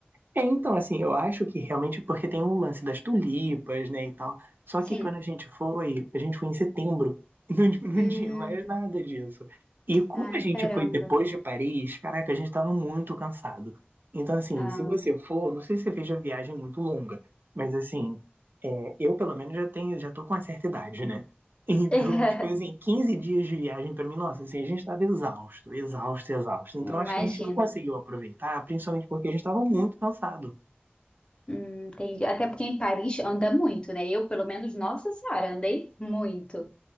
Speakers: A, on the right; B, on the left.
A: É, então, assim, eu acho que realmente porque tem o lance das tulipas, né, e tal. Só
B: Sim.
A: que quando a gente foi, a gente foi em setembro, <laughs> não, não
B: Hum.
A: tinha mais nada disso. E como
B: Ai,
A: a gente
B: caramba.
A: foi depois de Paris, caraca, a gente tava muito cansado. Então, assim,
B: Ah.
A: se você for, não sei se você fez a viagem muito longa, mas assim, é, eu pelo menos já tenho, já tô com uma certa idade, né? Então,
B: <laughs>
A: tipo assim, 15 dias de viagem pra mim, nossa, assim, a gente tava exausto, exausto, exausto. Então,
B: Imagino.
A: acho que a gente não conseguiu aproveitar, principalmente porque a gente tava muito cansado.
B: Hum, entendi. Até porque em Paris anda muito, né? Eu, pelo menos, nossa senhora, andei muito.